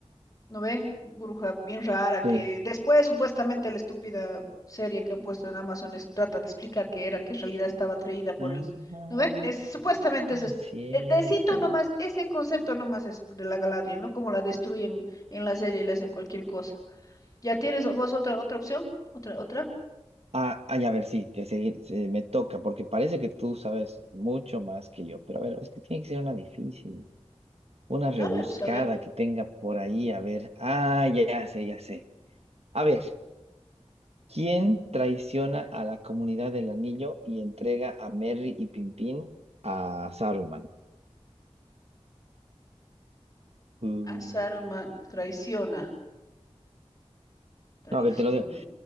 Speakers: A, on the left; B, on the right.
A: ¿No ve? Bruja bien rara que
B: Sí.
A: después supuestamente la estúpida serie que han puesto en Amazon es- trata de explicar qué era, que en realidad estaba atraída por
B: Ah,
A: el... ¿No ve? Es, supuestamente es... est-
B: cierto.
A: eh, Decito nomás, ese concepto nomás es de la Galadriel, ¿no? Como la destruyen en la serie y le hacen cualquier cosa. ¿Ya tienes vos otra, otra opción? ¿Otra, otra?
B: Ah, ay, a ver, sí, te seguir, se- me toca, porque parece que tú sabes mucho más que yo, pero a ver, es que tiene que ser una difícil, una
A: Dale,
B: rebuscada
A: pues a ver.
B: que tenga por ahí, a ver. Ah, ya, ya sé, ya sé. A ver, ¿quién traiciona a la comunidad del anillo y entrega a Merry y Pimpín a Saruman? Mm.
A: A Saruman traiciona, traiciona.
B: No, a ver, te lo digo.